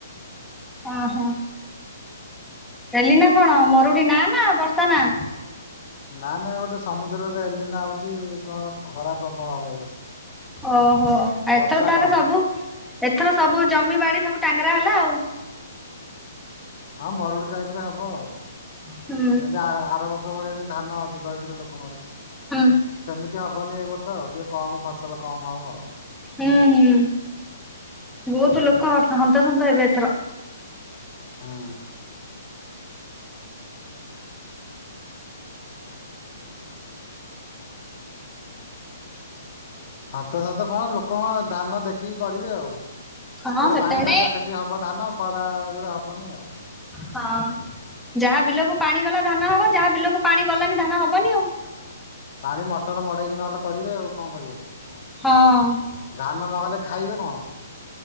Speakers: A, in the centre; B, on the left.
A: ଓ ହୋ। ହେଲି ନା କଣ ମରୁ ଡ଼ି ନା ନା ବର୍ଷା ନା
B: ନା ନା ଗୋଟେ ସମୁଦ୍ରରେ ଏଲିନା ଆଉଛି କଣ ଖରା ପ୍ରବଳ ହବ ଏ ବର୍ଷ।
A: ଓହୋ ଆ
B: ବର୍ଷା
A: ଏଥର ତାହେଲେ
B: କମ୍
A: ସବୁ ଏଥର ସବୁ ଜମି ବାଡି଼ ସବୁ ଟାଙ୍ଗାରା ହେଲା ଆଉ।
B: ହଁ ମରୁଡି ଟାଇପ ର ହବ ଆଉ
A: ହୁଁ
B: ଯେମିତି ଆ ଆର ବର୍ଷ ର୍ଷ ଭଳିଆ ଧାନ ଅଧିକ ହେଇଥିଲା ଲୋକଙ୍କର
A: ହୁଁ
B: ସେମିତି ହବନି ଏଇ ବର୍ଷ ଆଉ ଟିକେ କମ ଫସଲ କମ ହବ ଆଉ।
A: ହୁଁ ହୁଁ ବହୁତ ଲୋକ ହନ୍ତ ସନ୍ତ ହେବେ ଏଥର।
B: ହଁ। ହନ୍ତ ସନ୍ତ କଣ ଲୋକଙ୍କ ଧାନ ଦେଖିକି କରିବେ ଆଉ।
A: ହଁ
B: ଯୋଉଟା
A: ସେଟା
B: ପାଣି
A: ବି
B: ଜାଗା ସେଠି ହବ ଧାନ ଖରା ଯୋଉଟା ହବନି ଆଉ।
A: ହଁ। ଯାହା ବିଲକୁ ପାଣି ଗଲା ଧାନ ହବ ଯାହା ବିଲକୁ ପାଣି ଗଲାନି ଧାନ ହବନି ଆଉ।
B: ପାଣି ମଟର ମଡେଇକି ନହେଲେ କରିବେ ଆଉ କଣ କରିବେ।
A: ହଁ।
B: ଧାନ ନହେଲେ ଖାଇବେ କଣ?